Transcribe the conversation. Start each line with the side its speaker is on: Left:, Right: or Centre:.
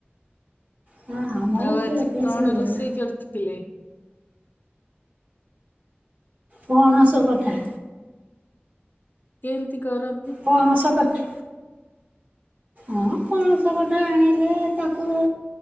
Right: ହଁ ଆମର
Left: ଆଉ ଆଜି
Right: ଖିଆପିଆ
Left: କଣ
Right: ସରିଗଲାଣି।
Left: ରୋଷେଇ କରିଥିଲେ?
Right: ପଣସ କଠା।
Left: କେମିତି କରନ୍ତି?
Right: ପଣସ କଠା ହଁ ପ ଣସ କଠା ଆଣିଲେ ତାକୁ